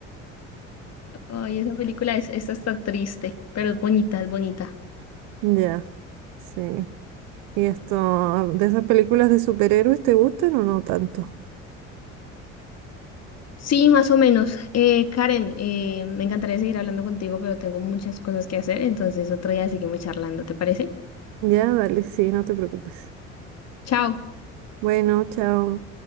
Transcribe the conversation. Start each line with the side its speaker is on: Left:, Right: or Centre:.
Left: Ay, esa película es, es hasta triste, pero es bonita, es bonita.
Right: Ya, sí. ¿Y esto, de esas películas de superhéroes, te gustan o no tanto?
Left: Sí, más o menos. Eh, Karen, eh, me encantaría seguir hablando contigo, pero tengo muchas cosas que hacer, entonces otro día seguimos charlando, ¿te parece?
Right: Ya, dale, sí, no te preocupes.
Left: Chao.
Right: Bueno, chao.